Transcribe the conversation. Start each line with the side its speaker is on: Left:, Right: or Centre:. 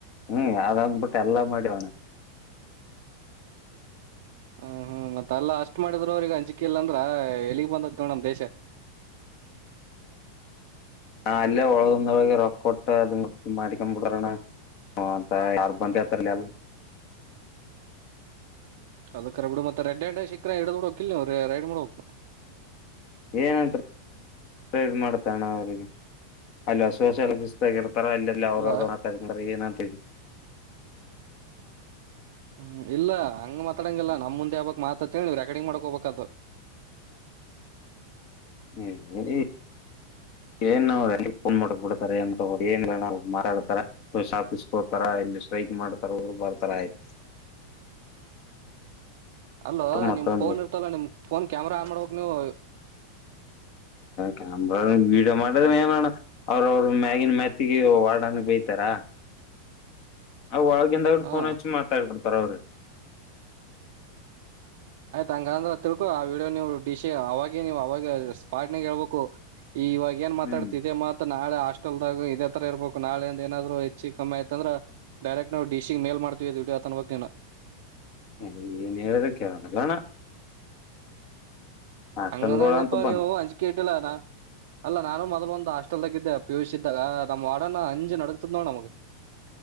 Left: ಹ್ಮ್ ಯಾರಂದ್ ಬಿಟ್ಟ ಎಲ್ಲಾ ಮಾಡಿವಣ.
Right: ಹ್ಮ್ ಹ್ಮ್ ಮತ್ತ ಅಲ್ಲಾ ಅಷ್ಟ್ ಮಾಡಿದ್್ರ ಅವ್ರಿಗೆ ಅಂಜಿಕೆ ಇಲ್ಲ ಅಂದ್ರ ಎಲ್ಲಿಗ್ ಬಂದತ್ವ ನಮ್ ದೇಶ
Left: ಅಲ್ಲೇ ಒಳಗಂದೊಳಗೆ ರೊಕ್ಕ ಕೊಟ್ಟ ಅದುಟ್ಟ ಮಾಡಿಕೊ್ಬಿಡ್ರಣ ಅಂತ ಕಾರ್ಬ ಹತ್ರಲ್ಲ ಅಲ್ಲ
Right: ಅದ ಕರ ಬಿ ಮತ್ತೆಡ್ಂಡೆ ಶಿಖ ಎಡುಡು ಲ್ಲ ಒ ಐಡು ಮಳ ಹಪ್ಪ
Left: ಏನಂತ ಟ್ರೈಡ್ ಮಾಡ್ತಣ ಅವಿಗೆ ಅಲ್ಲಿ ಸೋಶಾಲಿಸ ಆಗಿತ್ತ. ರ ಅಲ್ಲೆಲ್ಲ ಅವ್ರ
Right: ಇಲ್ಲ
Left: ಅವ್ರ ತಂಗಾರ ಏ ಅಂತ ಹೇಳಿ
Right: ಹ್ಮ್ ಇಲ್ಲ ಹಂಗ ಮಾತಾಡಂಗಿಲ್ಲ ನಮ್ಮ ಮುಂದೆ ಯಾವಾಗ ಮಾತಂತ ಹೇಳಿ್ರಾ ಗಡಿ ಮಾಡ್ಕ ಹೋಗಬೇಕದು
Left: ಹ್ಮ್ ಹೇಳ ಏನ್ ಫೋನ್ ಮಾಡಕ್ ಬಿಡ್ತಾರ ಏನ್ ಮಾರಾಡ್ತಾರ ಶಾಫೀಸ್ ಹೋತಾರ ಇಲ್ಲಿ ಸ್ಟ್ರೈಕ್ ಮಾಡ್ತಾರ ರು ಬರ್ತಾರ ಆಯ್ತ
Right: ಅಲ್ಲ
Left: ಮತ್ತೊಂದು
Right: ನಿಮ್ ಫೋನ್ ಇರ್ತಲ್ಲ ನಿಮ ಫೋನ್ ಕ್ಯಾಮರಾ ಆನ್ ಮಾಡ್ಕ್ ನೀವು
Left: ಕ್ಯಾಮ್ರ ವಡಿಯೋ ಮಾಡದ್ರ ಏನಣ ಅವ್ರ ಅವರು ಮ್ಯಾಗಿನ್ ಮ್ಯಾತಿಗೆ ವಡನ್ ಬೇಯತಾರ ಅವವು ಒಳಗಿಂದ ೋ
Right: ಹಾ
Left: ಹಚ್ಚಿ ಮಾತಾಡ್ಬಡ್ು ತರವರು
Right: ಹಂಗ ಅಂದ್ರ ತಿಳ್ಕು ಆ ವಡಿಯೋ ನೀವು ಡಿಶ ಅವಾಗೇ ನೀವು ಅವಾಗ ಸ್ಪಾಟ್ ನಾಗ ಹೇಳ್ಬೇಕು ಇವಾಗ ಏನ್ ಮಾತಾಡ್ತಿದೆ
Left: ಹ್ಮ್
Right: ಮಾ ನಾಳೆ ಹಾಸ್ಟೆಲ್ದಾಗ ಇದೇ ತರ ಇರ್ಬೇಕು ನಾಳ ಅಂದ ಏನಾದ್ರು ಹೆಚ್ಚಿಗೆ ಕಿ ಆಯತ ಅಂದ್ರೆ ಡೈರೆಕ್ಟ್ ನವು ಡಿಶಿಗೆ ಮೇಲ್ ಮಾಡತವಿ ವಿಡಿಯೋ ಅ ತನ್ ನೀನು
Left: ಏನ್ ಹೇಳೋದಕ್ಕೆದಲ್ಲಣ ಹಾಸ್ಟೆಲ್ಗಳ
Right: ಹಂಗಂದ್ರೆ ಹಂಗಪ್ಪ
Left: ಅಂತ ಬಂದ್
Right: ನೀವು ಅಂಜಿಕೆ ಇಟ್ಟಿಲ್ಲ ಅಲ್ಲ ನಾನು ಮೊದ್ ಒ ಹಾಸ್ಟೆಲ್ದಾಗ ಇದ ಪಿಯೂಷ್ ಇದ್ದಾಗ ನಮ್ಮ್ ವಡನ ಅಂಜ್ ನಡತದ ನೋಡ ನಮಗ